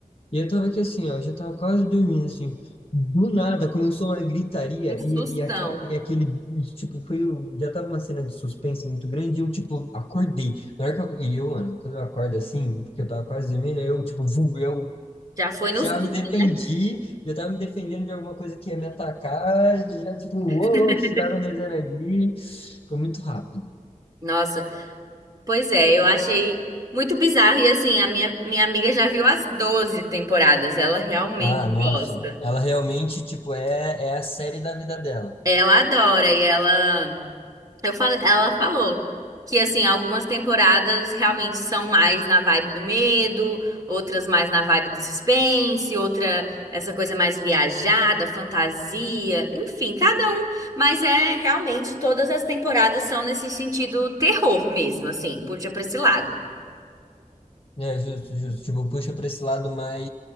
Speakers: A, on the left; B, on the right.
A: E eu tava aqui assim, ó, eu já tava quase dormindo, assim. Do nada começou uma gritaria
B: Um sustão.
A: e, e, aca- e aquele, tipo, foi, o- já tava uma cena de suspense muito grande e eu, tipo, acordei. Na hora que eu, aco- e eu, mano, quando eu acordo assim, porque eu tava quase dormindo, eu, tipo, vu- eu
B: Já foi no
A: já
B: susto,
A: me defendi,
B: né?
A: já tava me defendendo de alguma coisa que ia me atacar, já, tipo, uou,
B: <laughs>
A: o que que tá acontecendo ali Foi muito rápido.
B: Nossa, pois é, eu achei muito bizarro. E assim, a minha, minha amiga já viu as 12 temporadas, ela realmente
A: Ah, nossa.
B: gosta.
A: Ela realmente, tipo, é, é a série da vida dela.
B: Ela adora e ela. Eu falei, ela falou que assim, algumas temporadas realmente são mais na vibe do medo, outras mais na vibe do suspense, outra essa coisa mais viajada, fantasia, enfim, cada um, mas é realmente todas as temporadas são nesse sentido terror mesmo, assim, puxa pra esse lado.
A: É, justo, justo. Tipo, puxa para esse lado mais,